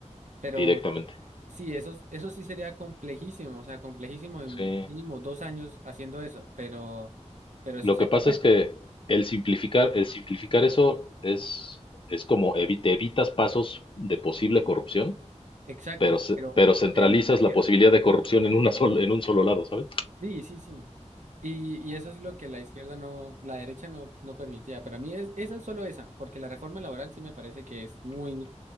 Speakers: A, on the right; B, on the left.
A: Pero...
B: directamente.
A: Sí, eso, eso sí sería complejísimo, o sea, complejísimo en
B: Sí.
A: mínimo dos años haciendo eso, pero, pero eso
B: Lo
A: sería
B: que pasa
A: bueno,
B: es que el simplificar, el simplificar eso es, es como evi- te evitas pasos de posible corrupción,
A: exacto,
B: pero, ce-
A: pero
B: pero centralizas
A: se demoraría.
B: la posibilidad de corrupción en una sol- en un solo lado, ¿sabes?
A: Sí, sí, sí. Y, y eso es lo que la izquierda no, la derecha no, no permitía, pero a mí es esa solo esa, porque la reforma laboral sí me parece que es muy,